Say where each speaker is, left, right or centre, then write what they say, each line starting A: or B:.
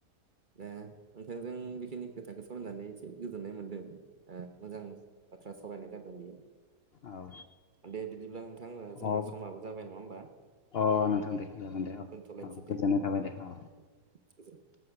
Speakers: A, on the right (about 35°); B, on the left (about 85°).
A: दा नोंथांजों बेखिनि खोथाखौ सोलोंनानै एसे गोजोननाय मोन्दों। ओ मोजां बाथ्रा सावरायनाय जादों बियो
B: औ
A: दे बिदिब्ला नोंथां ओ जोंहा
B: औ
A: समाबो जाबाय नङा होमबा
B: अ नोंथां दे जागोन दे औ
A: दोनथ'लायनोसै
B: औ
A: दे
B: गोजोननाय थाबाय दे औ
A: <unintelligible>